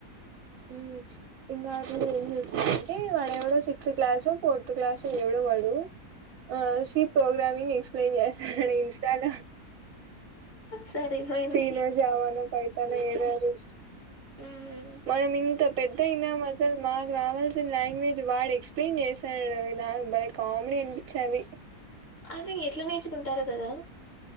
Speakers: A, on the right (about 65°); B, on the left (about 40°).
A: ఉం ఇంకా మీరు ఏం చూసారంటే వాడ ఎవడో సిక్స్త్ క్లాసు ఫోర్త్ క్లాస్ ఎవడో వాడు ఆ సి ప్రోగ్రామింగ్ ఎస్ ఏం చేస్తాడు ఇన్స్టాల
B: సరిపోయింది
A: చీన జవాన పడతే తన వేర్ ఆర్ యూ
B: ఉమ్
A: మనం ఇంత పెద్ద అయినాం అసలు మాకు రావాల్సిన లాంగ్వేజ్ వాడు ఎక్స్ప్లెయిన్ చేశాడు నాకు బలే కామెడీ అనిపించిది.
B: అ ఎట్ల నేర్చుకుంటారు కదా